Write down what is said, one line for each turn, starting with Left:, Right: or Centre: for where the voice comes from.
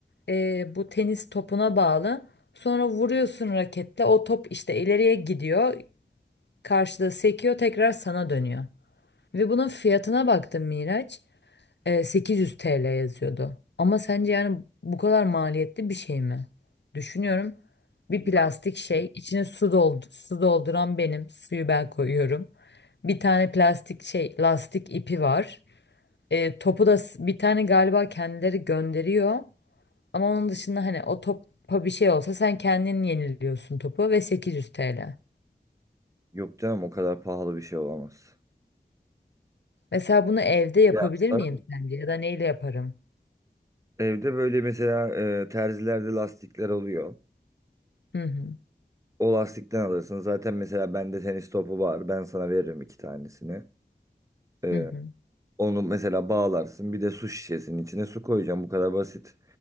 Left: e, bu tenis topuna bağlı. Sonra vuruyorsun raketle. O top işte ileriye gidiyor. Karşıda sekiyor. Tekrar sana dönüyor. Ve bunun fiyatına baktım Miraç e, 800 TL yazıyordu. Ama sence yani bu kadar maliyetli bir şey mi? Düşünüyorum. Bir
Right: Ya,
Left: plastik şey, içine su doldu, su dolduran benim, suyu ben koyuyorum. Bir tane plastik şey, lastik ipi var. E, topu da s- bir tane galiba kendileri gönderiyor. Ama onun dışında hani o topa bir şey olsa sen kendin yeniliyorsun topu ve 800 TL.
Right: yok canım o kadar pahalı bir şey olamaz.
Left: Mesela bunu evde yapabilir
Right: Ne yapsak?
Left: miyim sence ya da neyle yaparım?
Right: Evde böyle mesela e, terzilerde lastikler oluyor.
Left: Hı hı.
Right: O lastikten alırsın. Zaten mesela bende tenis topu var. Ben sana veririm iki tanesini. Ee,
Left: Hı hı.
Right: onu mesela bağlarsın. Bir de su şişesinin içine su koyacağım. Bu kadar basit.